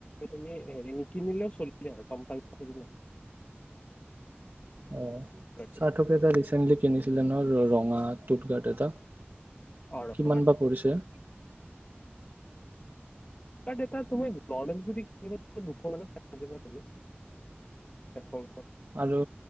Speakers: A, on the left; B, on the right.
A: তুমি হেৰি নিক নিলেও চল কি আৰু কম্পালচৰি নহ।
B: অঁ
A: ফ্লিপকাৰ্টটো
B: চাকেটা ৰিচেণ্টলি কিনিছিলে ন ৰঙা টুথকাৰ্ট এটা।
A: অ ৰঙা
B: কিমান বা পৰিছে?
A: এটা তুমি ন্জুৰি। দুখ মানে থাক। এখন।
B: আৰু